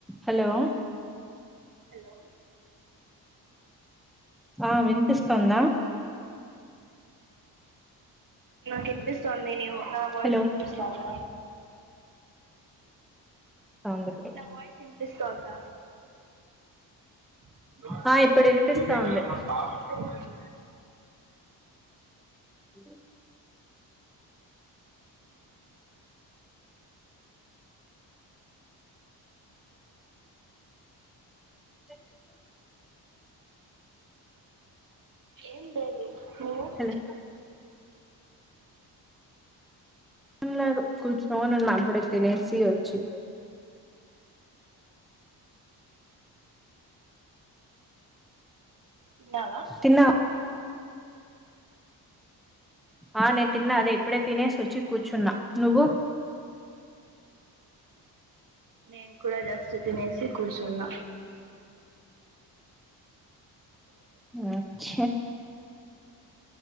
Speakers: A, in the centre; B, on the right.
A: Hello
B: hello
A: ఆ విన్పిస్తోందా
B: hello నాకు ఇన్పిస్తోంది నీవు నా వాయిస్
A: హలో
B: వినిపిస్తోంద
A: సౌండ్ ఇప్పుడు
B: నా వాయిస్ విన్పిస్తోంద ఆ
A: ఆ ఇప్పుడు వినిపిస్తా ఉంది హలో చెప్పు
B: ఏం లేదు మ్
A: హలో ఏం లేదు కూర్చోనున్న ఇప్పుడే తినేసి వచ్చి
B: తిన్నావా
A: తిన్నా ఆ నే తిన్నా అదే ఇప్పుడే తినేసి వచ్చి కూర్చున్నా నువ్వు
B: నేను కూడా జస్ట్ తినేసి కూర్చున్నా
A: అచ్చ